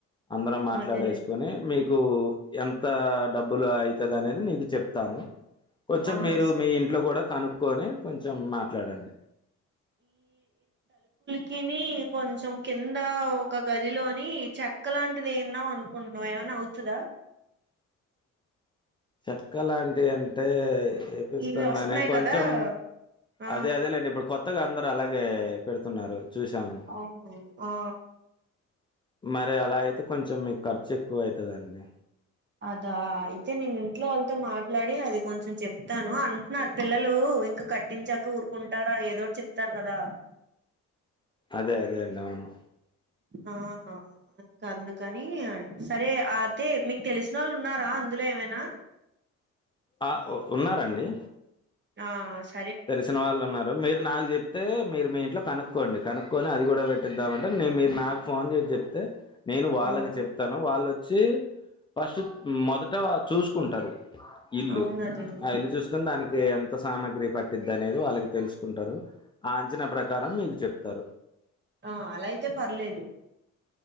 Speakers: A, on the left; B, on the right.
A: అందరం మాట్లాడేసుకోని
B: అదేలేండి
A: మీకు ఎంత డబ్బులు అయితదనేది నీకు చెప్తాను కొంచెం
B: ఆ
A: మీరు
B: సరే
A: మీ ఇంట్లో కూడా కనుక్కొని కొంచెం మాట్లాడండి
B: కిని కొంచెం కింద ఒక గదిలోని చెక్క లాంటిది ఏద్దాం అనుకుంటున్నం ఏన న్నవుతదా
A: చెక్క లాంటిదంటే ఏపిస్తాం
B: ఇవి వస్తున్నాయి
A: కని కొంచెం
B: కదా ఆ
A: అదే అదేలేండి ఇప్పుడు కొత్తగా అందరు అలాగే పెడుతున్నారు చూశాము.
B: అవును ఆ
A: మరి అలా అయితే కొంచెం మీకు ఖర్చు ఎక్కువ అవుతుందండి
B: అదా అయితే నేను ఇంట్లో వాళ్ళతో మాట్లాడి అది కొంచెం చెప్తాను అంటున్నారు పిల్లలు ఇంకా కట్టించాక ఊరుకుంటారా ఏదోటి చెప్తారు కదా
A: అదే అదే అండి అవును
B: ఆ అద్ అందుకని సరే అతే మీకు తెలిసిన వాళ్ళు ఉన్నారా అందులో ఏమైనా
A: అ ఉ ఉన్నారండి
B: ఆ స
A: తెలిసిన వాళ్ళు ఉన్నారు మీరు నాకు చెప్తే మీరు మీ ఇంట్లో కనుక్ కనుకోండి కనుక్కొని అది కూడా పెట్టిద్దామంటే నేను మీరు నాకు ఫోన్ చేసి చెప్ అయితే నేను వాళ్ళకి
B: ఆ
A: చెప్తాను వాళ్ళొచ్చి ఫస్ట్ మొదట చూసుకుంటారు ఇల్లు
B: అవును అదేమో
A: ఆ ఇల్లు చూసుకుని దానికి ఎం కొత్త సామాగ్రి పట్టిద్ అనేది వాళ్ళకి తెలుసుకుంటారు ఆ అంచనా ప్రకారం మీకు చెప్తారు
B: ఆ అలా అయితే పర్లేదు